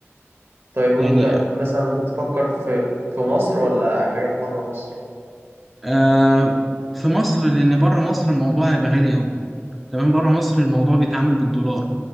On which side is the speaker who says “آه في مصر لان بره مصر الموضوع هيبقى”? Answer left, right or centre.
Centre